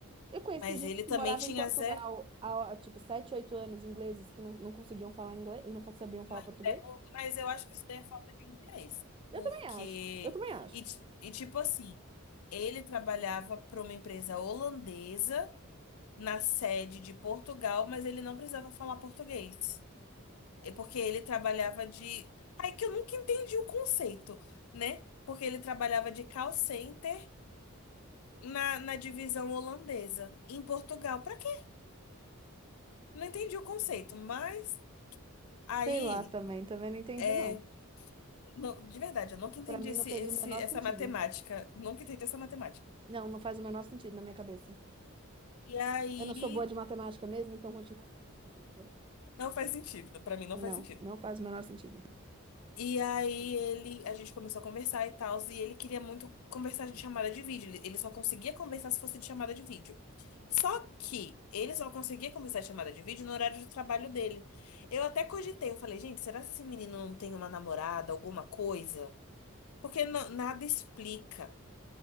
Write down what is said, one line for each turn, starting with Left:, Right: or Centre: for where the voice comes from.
Right: Eu conheci
Left: Mas
Right: gente
Left: ele
Right: que
Left: também
Right: morava
Left: tinha
Right: em Portugal
Left: zero.
Right: há, há, tipo, 7, 8 anos, ingleses, que não, não conseguiam falar inglês e não fa- sabiam falar
Left: Mas,
Right: português.
Left: é por- mas eu acho que isso daí é falta de interesse.
Right: Eu
Left: Porque.
Right: também acho. Eu também acho.
Left: E, ti- e tipo assim, ele trabalhava para uma empresa holandesa na sede de Portugal, mas ele não precisava falar português. É porque ele trabalhava de. Aí que eu nunca entendi o conceito, né? Porque ele trabalhava de call center na, na divisão holandesa, em Portugal. Pra quê? Não entendi o conceito, mas aí.
Right: Sei lá também, também não entendi,
Left: é,
Right: não.
Left: Não, de verdade, eu nunca entendi
Right: Pra mim
Left: esse,
Right: não fez
Left: esse,
Right: o menor
Left: essa
Right: sentido.
Left: matemática. Nunca entendi essa matemática.
Right: Não, não faz o menor sentido na minha cabeça.
Left: E aí,
Right: Eu não sou boa de matemática mesmo, então continua não fazendo sentido.
Left: não faz sentido. Pra mim, não
Right: Não,
Left: faz sentido.
Right: não faz o menor sentido.
Left: E aí, ele, a gente começou a conversar e tal, e ele queria muito conversar de chamada de vídeo. Ele ele só conseguia conversar se fosse de chamada de vídeo. Só que ele só conseguia conversar de chamada de vídeo no horário de trabalho dele. Eu até cogitei, eu falei, gente, será que esse menino não tem uma namorada, alguma coisa? Porque na- nada explica.